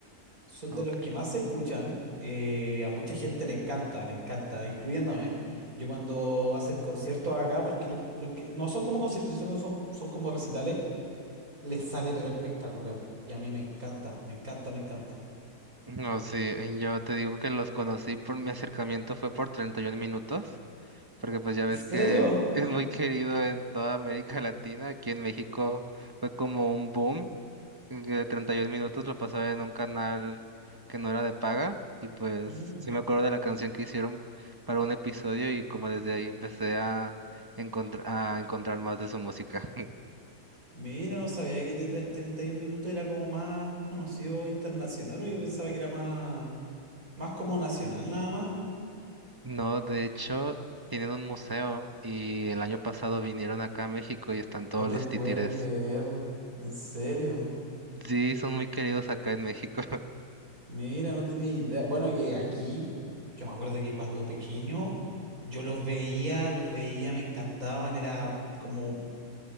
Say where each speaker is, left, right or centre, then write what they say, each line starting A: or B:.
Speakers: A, on the right; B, on the right.
A: Son
B: Ok.
A: de los que más se escuchan. eh, a mucha gente le encanta, le encanta, incluyéndome. Yo cuando hacen conciertos acá, porque los, los que no son como conciertos, son, son, son como recitales les sale pero espectacular. Y a mí me encanta, me encanta, me encanta.
B: No, sí, yo te digo que los conocí por mi acercamiento fue por 31 minutos, porque pues ya
A: ¿En
B: ves
A: serio?
B: que <laughs> es muy querido en toda América Latina, aquí en México fue como un boom, que 31 minutos lo pasaba en un canal que no era de paga y pues
A: Ujú.
B: sí me acuerdo de la canción que hicieron para un episodio y como desde ahí empecé a encontr- a encontrar más de su música. <laughs>
A: Mira, no sabía que tre- 31 minutos era como más conocido internacional, o yo pensaba que era más, más como nacional nada más.
B: No, de hecho, tienen un museo y el año pasado vinieron acá a México y están todos
A: No te
B: los
A: puedo
B: títeres.
A: creer, en serio.
B: Sí, son muy queridos acá en México. <laughs>
A: Mira, no tenía idea. Bueno, que aquí, yo me acuerdo que cuando pequeño, yo los veía, los veía, me encantaban, era como